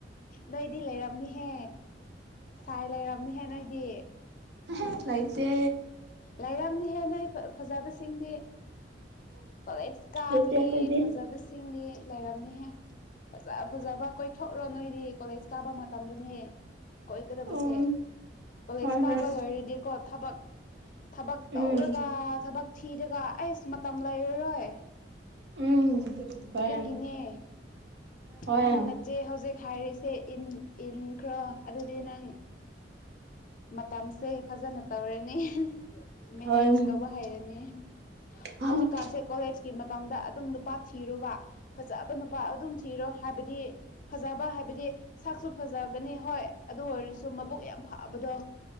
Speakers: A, on the left; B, on the right.
A: ꯅꯣꯏꯗꯤ ꯂꯩꯔꯝꯅꯤꯍꯦ ꯁꯥꯏ ꯂꯩꯔꯝꯅꯤꯍꯦ ꯅꯣꯏꯗꯤ
B: ꯑꯍꯦ ꯂꯩꯇꯦ
A: ꯂꯩꯔꯝꯅꯤꯍꯦ ꯅꯣꯏ ꯐꯥ ꯐꯥꯖꯕꯁꯤꯡꯗꯤ ꯀꯣꯂꯦꯖ ꯀꯥꯕꯤ
B: ꯂꯩꯇꯦ ꯑꯩꯈꯣꯏꯗꯤ
A: ꯐꯥꯖꯕꯤ ꯁꯤꯡꯗꯤ ꯂꯩꯔꯝꯅꯤꯍꯦ ꯐꯥꯖ ꯐꯥꯖꯕ ꯀꯣꯏꯊꯣꯛꯔꯣ ꯅꯣꯏꯗꯤ ꯀꯣꯂꯦꯖ ꯀꯥꯕꯃ ꯇꯝꯗꯨꯅꯦ ꯀꯣꯏꯒꯗꯕꯁꯦ
B: ꯎꯝ
A: ꯀꯣꯂꯦꯖ
B: ꯍꯣꯏ
A: ꯀꯥꯕ
B: ꯍꯣꯏ
A: ꯂꯣꯏꯔꯗꯤꯀꯣ ꯊꯕꯛ ꯊꯕꯛ ꯇꯧꯔꯒ
B: ꯎꯝ
A: ꯊꯕꯛ ꯊꯤꯔꯒ ꯑꯩꯁ ꯃꯇꯝ ꯂꯩꯔꯔꯣꯏ
B: ꯎꯝ ꯍꯣꯏ
A: ꯑꯗꯨꯒꯤꯅꯦ
B: ꯍꯣꯏ
A: ꯅꯪ ꯅꯆꯦ ꯍꯧꯖꯤꯛ ꯍꯥꯏꯔꯤꯁꯦ ꯏꯟ ꯏꯟ ꯈ꯭ꯔꯣ ꯑꯗꯨꯗꯤ ꯅꯪ ꯃꯇꯝ ꯁꯦ ꯐꯥꯖꯅ ꯇꯧꯔꯅꯤ
B: ꯍꯣꯏ
A: ꯃꯦꯅꯦꯖ ꯇꯧꯕ ꯍꯩꯔꯅꯤ
B: ꯎꯝ
A: ꯍꯧꯖꯤꯛꯀꯥꯟꯁꯦ ꯀꯣꯂꯦꯖꯀꯤ ꯃꯇꯝꯗ ꯑꯗꯨꯝ ꯅꯨꯄꯥ ꯊꯤꯔꯣꯕ ꯐꯥꯖꯕ ꯅꯨꯄꯥ ꯑꯗꯨꯝ ꯊꯤꯔꯣ ꯍꯥꯏꯕꯗꯤ ꯐꯥꯖꯕ ꯍꯥꯏꯕꯗꯤ ꯁꯛꯁꯨ ꯐꯥꯖꯒꯅꯤ ꯍꯣꯏ ꯑꯗꯨ ꯑꯣꯏꯔꯁꯨ ꯃꯕꯨꯛ ꯌꯥꯝ ꯐꯥ ꯑꯗꯨꯗꯣ